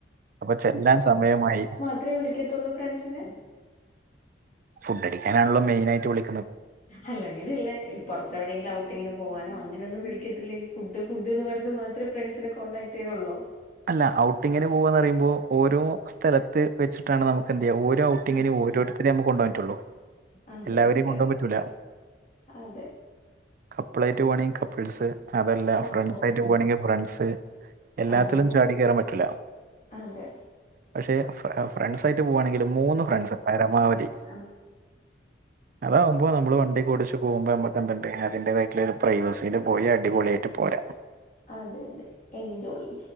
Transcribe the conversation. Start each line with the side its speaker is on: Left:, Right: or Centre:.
Right: അപ്പൊ ചെല്ലാൻ സമയമായി
Left: ത്രേ വിളിക്കത്തുള്ളൂ ഫ്രണ്ട്സിനെ
Right: ഫുഡടിക്കാനണല്ലോ മെയിനാട്ട് വിളി
Left: അല്ല ങ്ങനെയല്ല പുറത്തെവിടെങ്കിലും ഔട്ടിങ്ങിന് പോവാനോ അങ്ങനെന്നും വിളിക്കത്തില്ലേ? ഫുഡ് ഫുഡ് എന്നും പറഞ് മാത്രേ ഫ്രണ്ട്സിനെ കോണ്ടടാക്ട് ചെയ്യറുള്ളോ?
Right: അല്ല ഔട്ടിങ്ങിന് പോകന്ന് പറയുമ്പോ ഓരോ സ്ഥലത്ത് വെച്ചിട്ടാണ് നമുക്ക് എന്ത് ചെയ്യ ഓരോ ഔ ദി ഇങ്ങനെ
Left: ആഹ്
Right: ഓരോരുത്തരെ
Left: ആഹ്
Right: നമുക്ക് കൊണ്ട് പോകാൻ പറ്റുള്ളൂ
Left: അതെ
Right: എല്ലാവരെയും
Left: അതെ
Right: കൊണ്ടുപോകൻ
Left: അതെ
Right: പറ്റൂല
Left: അതെ
Right: കപ്പിളായിട്ട് പോകണെങ്കിൽ കപ്പിൾസ് അതല്ല
Left: ഓ
Right: ഫ്രണ്ട്സ്
Left: ഓ
Right: ആയിട്ട്
Left: ഓ
Right: പോകാണെങ്കിൽ
Left: ഓ
Right: ഫ്രണ്ട്സ് എല്ലാത്തിലും
Left: അങ്ങനെ
Right: ചാടി കേറാൻ പറ്റൂല
Left: അതെ
Right: പക്ഷെ ഫ്ര ഫ്രണ്ട്സ് ആയിട്ട് പോവാണെങ്കിൽ മൂന്ന് ഫ്രണ്ട്സ് പരമാവതി
Left: മ്.
Right: അതാവകുമ്പൾ നമ്മൾ വണ്ടി ഒക്കെ ഓടിച്ചു പോകുമ്പോ നമുക്ക് എന്തുണ്ട് അതിൻ്റെ വൈട്ടിൽ പ്രൈവസിയിൽ പോയി അടിപൊളിയായിട്ട് പോരാം. ഹ്മ്.
Left: അതെ അതെ എൻജോയ്.